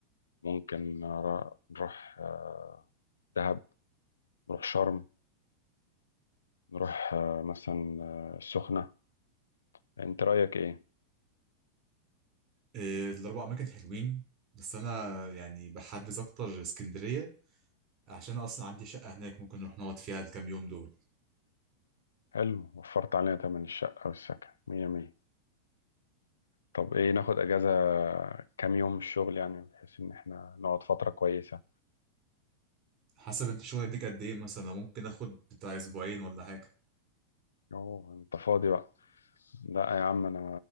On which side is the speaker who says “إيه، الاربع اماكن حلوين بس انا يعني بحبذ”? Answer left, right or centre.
Right